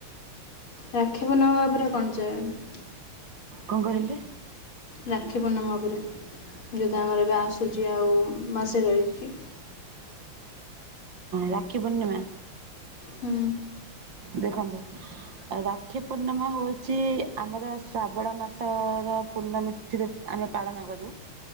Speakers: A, on the left; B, on the right.
A: ରାକ୍ଷୀ ପୂର୍ଣ୍ଣମା ଉପରେ କଣ <unintelligible>
B: କଣ କହିଲେ?
A: ରାକ୍ଷୀ ପୂର୍ଣ୍ମା ଉପରେ ଯଦି ଆମର ଏବେ ଆସୁଛି ଆଉ ମାସେ ରହିଚି।
B: ରାକ୍ଷୀ ପୂର୍ଣ୍ଣମା।
A: ହୁଁ।
B: ଦେଖନ୍ତୁ। ରାକ୍ଷୀ ପୂର୍ଣ୍ଣିମା ହଉଛି ଆମର ଶ୍ରାବଣ ମାସର ପୂର୍ଣ୍ଣମୀ ତିଥିରେ ଆମେ ପାଳନ କରୁ